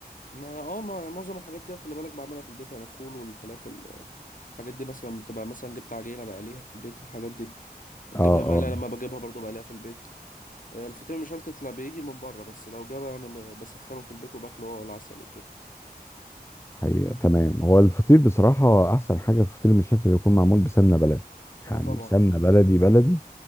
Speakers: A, on the left; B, on the left.
A: ما اه ما معظم الحاجات دي خلي بالك بعملها في البيت انا الفول والفلافل آه، الحاجات دي مثلا بتبقى مثلا جبت عجينه بقليها في البيت الحاجات دي الجبنه
B: اه
A: المقليه
B: اه
A: لما بجيبها برضو بقليها في البيت آه، الفطير مشلتت لا بيجي من بره بس لو جابه يعني ب- بسخنه في البيت وباكله هو العسل وكده
B: حقيقة تمام هو الفطير بصراحة أحسن حاجة في فطير المشلتت يكون معمول بسمنة بلدي
A: اه
B: يعني
A: طبعا
B: بسمنة بلدي بلدي